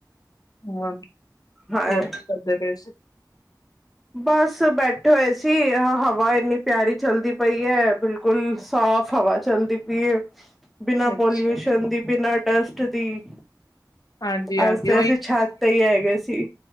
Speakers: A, on the left; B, in the centre.
A: ਹਨ,
B: ਹਾਂ
A: ਹੋਰ ਕੀ ਕਰਦੇ ਪਏ ਸੀ
B: ਬਸ ਬੈਠੇ ਹੋਏ ਸੀ ਹਵਾ ਇੰਨੀ ਪਿਆਰੀ ਚਲਦੀ ਪਈ ਐ, ਬਿਲ ਕੋਈ ਸਾਫ ਹਵਾ ਚਲਦੀ ਪਈ ਐ। ਬਿਨਾ
A: ਅੱਛਾ
B: ਪੋਲਿਊਸ਼ਨ ਦੀ, ਬਿਨਾ ਡਸਟ ਦੀ।
A: ਹਾਂਜੀ ਹਾਂਜੀ
B: ਅੱਜ ਅਸੀਂ ਛੱਤ ਤੇ ਹੀ ਹੈਗੇ ਸੀ।